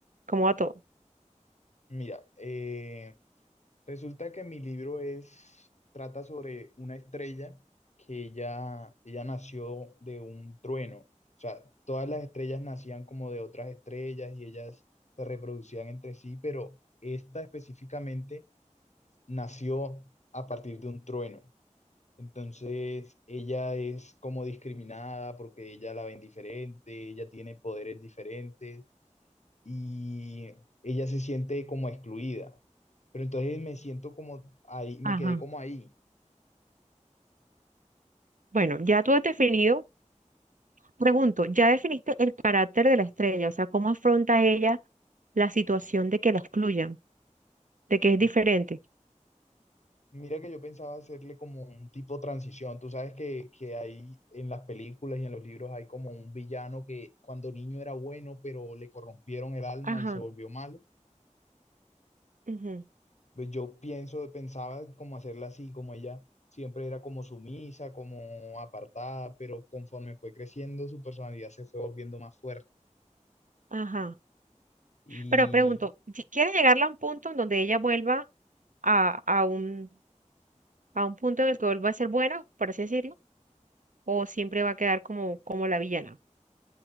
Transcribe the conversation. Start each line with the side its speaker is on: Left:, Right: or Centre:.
Right: cómo va todo.
Left: Mira, eh, Resulta que mi libro es, trata sobre una estrella que ella, ella nació de un trueno. O sea, todas las estrellas nacían como de otras estrellas y ellas se reproducían entre sí, pero esta específicamente nació a partir de un trueno. Entonces, ella es como discriminada porque ella la ven diferente, ella tiene poderes diferentes y ella se siente como excluida. Pero entonces me siento como ahí, me
Right: Ajá.
Left: quedé como ahí.
Right: Bueno, ya tú has definido, pregunto, ya definiste el carácter de la estrella, o sea, cómo afronta ella la situación de que la excluyan, de que
Left: Mm,
Right: es diferente.
Left: Mira que yo pensaba hacerle como un tipo de transición. Tú sabes que, que hay en las películas y en los libros hay como un villano que cuando niño era bueno, pero le corrompieron el alma
Right: Ajá,
Left: y se volvió malo.
Right: ujú,
Left: Pues yo pienso, pensaba como hacerla así, como ella siempre era como sumisa, como apartada, pero conforme fue creciendo su personalidad se fue volviendo más fuerte.
Right: ajá.
Left: Y
Right: Pero pregunto, si ¿quiere llegarla a un punto en donde ella vuelva a, a un, a un punto en el que vuelva a ser buena, por así decirlo? ¿O siempre va a quedar como, como la villana?